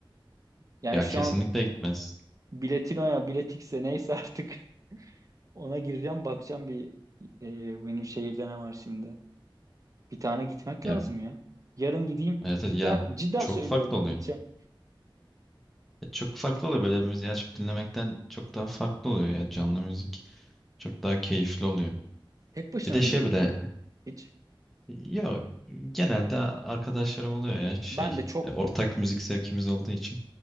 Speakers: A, on the right (about 40°); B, in the centre.
A: Yani
B: Ya
A: şu
B: kesinlikle
A: an
B: gitmez.
A: biletinoya, biletikse neyse artık <laughs> ona gireceğim, bakacağım bir e, benim şehirde ne var şimdi. Bir tane gitmek
B: Ya
A: lazım ya. Yarın gideyim.
B: evet,
A: Cidden,
B: evet, ya
A: cidden
B: çok
A: söylüyorum
B: farklı oluyor.
A: gideceğim.
B: Ya çok farklı oluyor böyle bir müziği açıp dinlemekten çok daha farklı oluyor ya canlı müzik. Çok daha keyifli oluyor.
A: Tek başına
B: Bir de şey
A: gidiyorum
B: bile
A: mu? Hiç.
B: ya genelde arkadaşlarım oluyor ya şey
A: Ben de çok,
B: e, ortak müzik zevkimiz olduğu için.